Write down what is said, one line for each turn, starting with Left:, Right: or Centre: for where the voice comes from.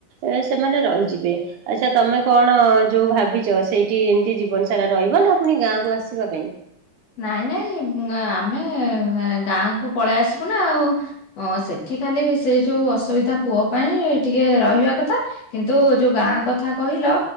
Right: ଏ ସେମାନେ ରହିଯିବେ। ଆଚ୍ଛା ତମେ କଣ ଯୋଉ ଭାବିଛ ସେଇଠି ଏମିତି ଜୀବନ ସାରା ରହିବ ନା ପୁଣି ଗାଁକୁ ଆସିବା ପାଇଁ।
Left: ନାଇଁ ନାଇଁ ଆମେ ଗାଁକୁ ପଳେଇ ଆସିବୁ ନା ଆଉ। ହ ସେଠି ଖାଲି ସେଇ ଯୋଉ ଅସୁବିଧା ପୁଅ ପାଇଁ ଟିକେ ରହିବା କଥା। କିନ୍ତୁ ଯୋଉ ଗାଁ କଥା କହିଲ